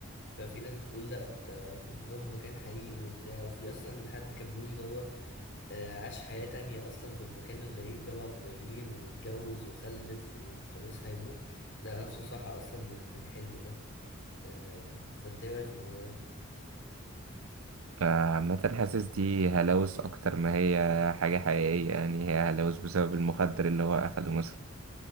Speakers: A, on the left (about 55°); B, on the right (about 80°).
A: ففي ناس بتقول لا انت كنت بتروح مكان حقيقي وبتاع وفي اصلا حد كان بيقول اللي هو آه، عاش حياة تانية اصلا في المكان الغريب ده مع فضائيين واتجوز وخلف وخلاص هيموت لقى نفسه صحى اصلا من من الحلم ده آه، فانت ايه رايك في الموضوع ده
B: فعامة حاسس دي هلاوس أكتر ما هي حاجة حقيقية يعني هي هلاوس بسبب المخدر اللي هو أخده مثلا